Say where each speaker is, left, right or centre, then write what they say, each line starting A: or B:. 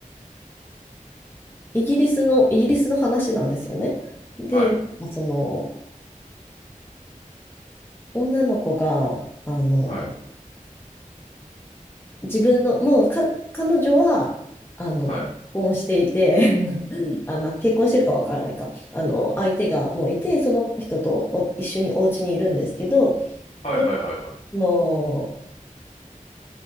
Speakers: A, on the left (about 15°); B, on the left (about 50°).
A: イギリスの、イギリスの話なんですよね。で、
B: はい、
A: その、女の子が、あの、
B: はい、
A: 自分の、もうか、彼女は、あの、
B: はい。
A: 結婚していて、<laughs> あ、まあ、結婚してるかわからないか、あの、相手がもういて、その人とお一緒にお家にいるんですけど、
B: はい、
A: で、
B: はい、はい、はい。
A: あの、